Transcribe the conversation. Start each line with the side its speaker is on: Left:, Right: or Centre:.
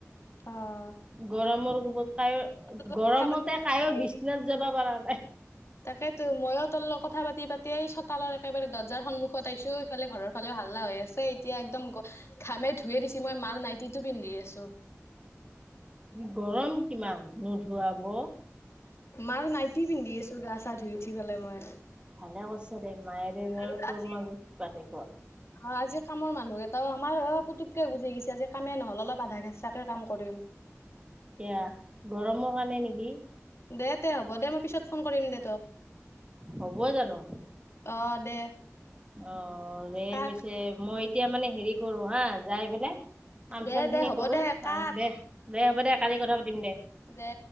Left: অ'হ।
Right: গৰমৰ কোবতে কাই
Left: কথা
Right: গৰমতে কাইও
Left: পাতি
Right: বিশ্বনাত যাব পৰা নাই।
Left: তাকেতো মইো তোৰ লগত কথা পাতি পাতিয়ে চোতালৰ একেবাৰে দ। বজাৰ সন্মুখত আছো ইফালে ঘৰ ফালে হালা হৈ আছে এতিয়া একদম। খামে ধুয়ে দিছ মই মাৰ নাইটিটো পিন্ধি আছো।
Right: গৰম কিমান নুধুৱাব।
Left: মাৰ নাইটি পিন্ধি আছো গা চা ধুই। উঠি পেলাই মই
Right: ভালে হৈছে দে। নিজৰ
Left: আৰু
Right: তোৰ
Left: আজি
Right: মাজত পাতে।
Left: অ আজি কামৰ মানুহকেইটাও আমাৰ অ পুতুতকে গুচি গৈছে আজি কামে নহল অলপ আধা কেঁচাকে। কাম কৰিম।
Right: এয়া গৰমৰ কাৰণে নেকি।
Left: দে তে হ'ব দে মই পিছত ফোন কৰিম দে তোক
Right: হ'ব জানো?
Left: অ। অঁ দে। <inaudible>
Right: অ ৰে
Left: কাট
Right: পিছে মই এতিয়া মানে হেৰি কৰো হা যাই এইপিনে। কাম
Left: দে
Right: চাম
Left: দে
Right: খিনি
Left: হ'ব
Right: কৰো
Left: দে কাট
Right: আৰু দে দে হ'ব দে কালি কথা পাতিম দে।
Left: দে।